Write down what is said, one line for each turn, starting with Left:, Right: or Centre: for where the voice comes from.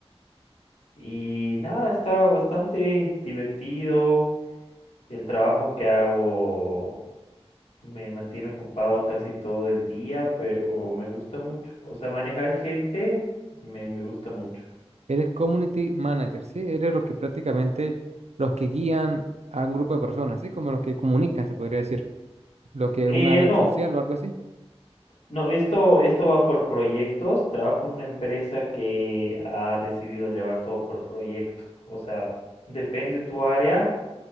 Left: Y nada, está bastante divertido. El trabajo que hago me mantiene ocupado casi todo el día, pero me gusta mucho. O sea, manejar gente me, me gusta mucho.
Right: Eres community manager, ¿sí? Eres los que prácticamente, los que guían a un grupo de personas, ¿sí? Como los que comunican, se podría decir, lo que
Left: Eh,
Right: es una red
Left: no,
Right: social o algo así.
Left: No, esto, esto va por proyectos. Trabajo en una empresa que ha decidido llevar todo por proyecto. O sea, depende tu área,